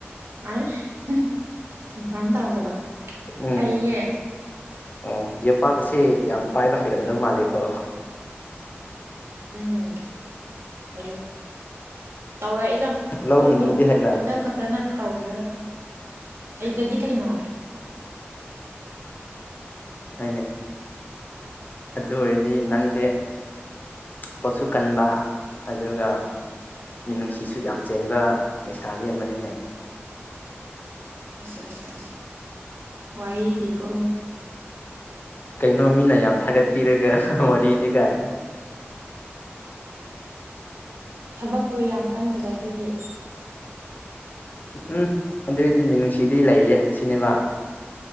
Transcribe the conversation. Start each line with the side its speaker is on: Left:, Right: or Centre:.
Right: ꯑꯁ ꯀꯟꯐꯥꯔꯝ ꯇꯥꯗꯕ
Left: ꯎꯝ
Right: ꯍꯩꯌꯦ
Left: ꯑꯣ ꯌꯣꯄꯥꯛ ꯑꯁꯤ ꯌꯥꯝ ꯄꯥꯏꯕ ꯍꯩꯔꯝꯗꯧ ꯃꯥꯜꯂꯦꯀꯣ
Right: ꯎꯝ ꯀꯣ ꯇꯧꯔꯛꯏꯗ
Left: ꯂꯧ
Right: ꯇꯗꯣ
Left: ꯂꯤꯡꯕꯗꯤ ꯍꯩꯕ꯭ꯔꯥ
Right: ꯍꯟꯗꯛ ꯈꯛꯇꯅ ꯇꯧꯖꯕꯅꯤ ꯍꯇꯗꯤ ꯀꯩꯅꯣ
Left: ꯍꯥꯏꯅꯦ ꯑꯗꯨ ꯑꯣꯏꯔꯗꯤ ꯅꯪꯁꯦ ꯕꯛꯁꯨ ꯀꯟꯕ ꯑꯗꯨꯒ ꯃꯤꯅꯨꯡꯁꯤꯁꯨ ꯌꯥꯝ ꯆꯦꯟꯕ ꯂꯩꯁꯥꯕꯤ ꯑꯃꯅꯤꯅꯦ
Right: ꯑ ꯑ ꯋꯥꯔꯤꯗꯤꯀꯣ
Left: ꯀꯩꯅꯣ ꯃꯤꯅ ꯌꯥꯝ ꯊꯥꯒꯠꯄꯤꯔꯒ ꯋꯥꯔꯤꯗꯤ ꯀꯥꯏꯅ
Right: ꯊꯕꯛꯇꯣ ꯌꯥꯝ ꯀꯟꯗꯕ ꯑꯗꯨꯒꯤ
Left: ꯎꯝ ꯎꯝ ꯑꯗꯨꯑꯣꯏꯗꯤ ꯃꯤꯅꯨꯡꯁꯤꯗꯤ ꯂꯩꯌꯦ ꯁꯤꯅꯦꯕ